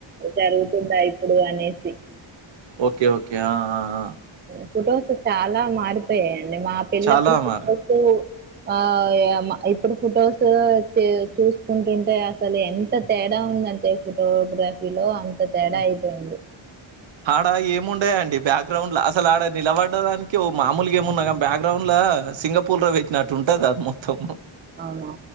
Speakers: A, on the right; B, on the right.
A: జరుగుతుందా ఇప్పుడు అనేసి ఊ
B: ఓకే ఓకే ఆ ఆ ఆ
A: ఫోటోస్ చాలా మారిపోయాయండి మా పెల్లప్పుడు
B: చాలా
A: ఫుటోస్
B: మరి.
A: ఆ ఇప్పుడు ఫొటోస్ చూసుకుంటుంటే అసలు ఎంత తేడ ఉందంటే ఫోటోగ్రఫీలో అంత తేడా
B: హ్మ్.
A: అయిపోయింది
B: ఆడ ఏముండయండి బ్యాక్గ్రౌండ్ ల అసలు ఆడ నిలబడ్డ దానికి ఓ మామూలుగా ఏమున్నా గ్ బ్యాక్గ్రౌండ్ ల సింగపూర్ ల పెట్నాట్టు ఉంటది అది మొత్తం
A: అవునా